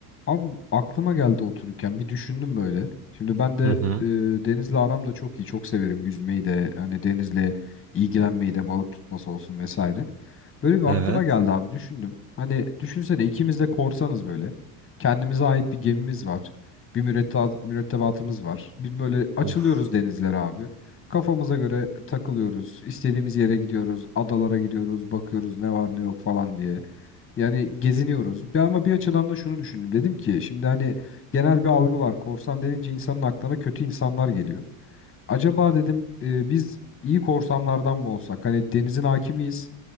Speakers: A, on the left; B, on the right.
A: Abi aklıma geldi otururken bir düşündüm böyle. Şimdi ben de
B: Hı hı.
A: e, denizle aram da çok iyi. Çok severim yüzmeyi de hani denizle ilgilenmeyi de balık tutması olsun vesaire. Böyle bir aklıma
B: Evet.
A: geldi abi düşündüm. Hani düşünsene ikimiz de korsanız böyle. Kendimize ait bir gemimiz var. Bir mürettebat, mürettebatımız var. Biz böyle açılıyoruz
B: Of.
A: denizlere abi. Kafamıza göre takılıyoruz. İstediğimiz yere gidiyoruz. Adalara gidiyoruz. Bakıyoruz ne var ne yok falan diye. Yani geziniyoruz. Bir- Ama bir açıdan da şunu düşündüm. Dedim ki şimdi hani genel bir algı var. Korsan denince insanın aklına kötü insanlar geliyor. Acaba dedim e, biz iyi korsanlardan mı olsak? Hani denizin hakimiyiz.